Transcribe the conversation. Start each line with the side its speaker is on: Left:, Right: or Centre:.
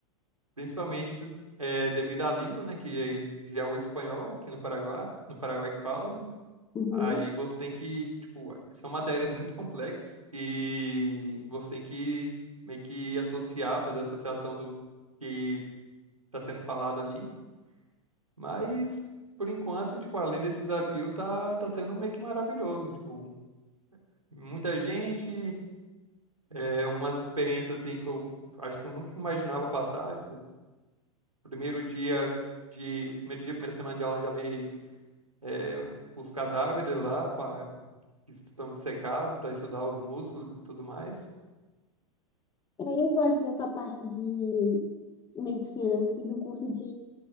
Right: principalmente por- é, devido à língua, né, que já é o espanhol aqui no Paraguai, no Paraguai que fala, né?
Left: Uhum.
Right: Aí você tem que, tipo, é, são matérias muito complexas e você tem que meio que associar, fazer associação do que tá sendo falado ali. Mas por enquanto, tipo, além desse desafio, tá tá sendo meio que maravilhoso, tipo, muita gente. É umas experiências assim que eu acho que eu nunca imaginava passar. Tipo, primeiro dia de. Primeiro dia, primeira semana de aula, já vi é, os cadáveres lá pra, que estão dissecados para estudar os músculos e tudo mais.
Left: É, Eu gosto dessa parte de medicina. Eu fiz um curso de